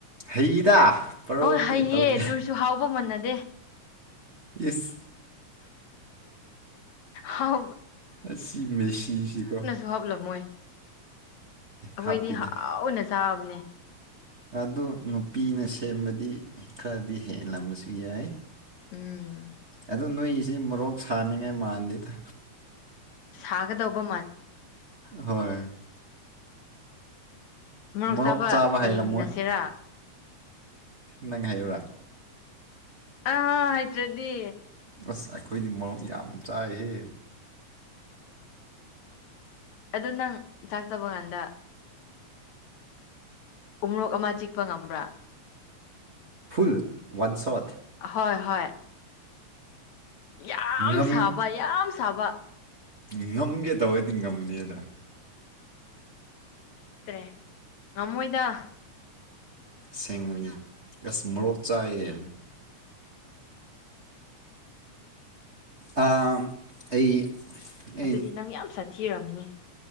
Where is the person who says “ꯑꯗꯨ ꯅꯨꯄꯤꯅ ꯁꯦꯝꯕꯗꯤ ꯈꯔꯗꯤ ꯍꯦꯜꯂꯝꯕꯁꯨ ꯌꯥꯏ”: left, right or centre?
Right